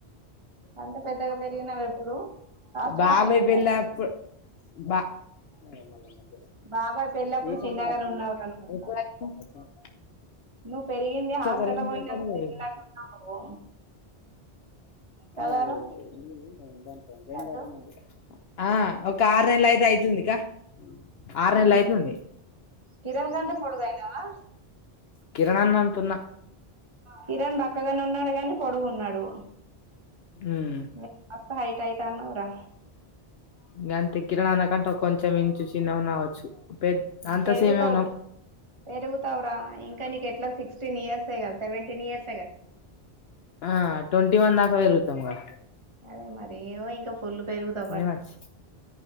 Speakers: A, on the right; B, on the left.
A: అంత పెద్దగా పెరిగినావు ఎప్పుడు హాస్టల్లో
B: బాబాయ్
A: పోయినాం
B: పెళ్లెప్పుడు
A: కదా
B: బా మళ మధ్యలో
A: బాబాయ్ పెళ్ళప్పుడు
B: ఈ సంవత్సరం
A: చిన్నగానే
B: వచ్చిన
A: ఉన్నావు రా నువ్వు
B: కథ
A: నువ్వు పెరిగింది హాస్టల్
B: రెండు సంవత్సరాలు
A: గట్టు ఉన్నాను నువ్వు కదారా
B: అదే ఉ అంత
A: లడ్డు
B: ఉండి ఆ ఒక ఆరు నెల అయితే అయితుంది క ఆరు
A: ఉమ్
B: నెలల అయితుంది
A: కిరణ్ కంట పడుగాయినావా
B: కిరణాన్న అతున్న
A: కిరణ్ బక్కగానే ఉన్నాడు కాని పొడుగున్నాడు
B: ఉమ్
A: మీరు కాస్త హైట్ అవుత అన్నావురా
B: ఇంక అంతే కిరణా అన్నకంటే కొంచెం ఇంచు చిన్నగ ఉన్న కావచ్చు పెద్ద అంత
A: పెరుగుతావ్
B: సేమే ఉన్నాం
A: పెరుగుతావరా ఇంకా నీక ఎలా సిక్టీన్ ఇయర్స్ కదా సెవెంటీన్ ఇయర్స్
B: ఆ ట్వంటీ వన్ దాకా పెరుగుతాంగా
A: అదే మరే ఇంకా ఫులు పెరుగుతవ్ పాటు
B: ఏమచ్చి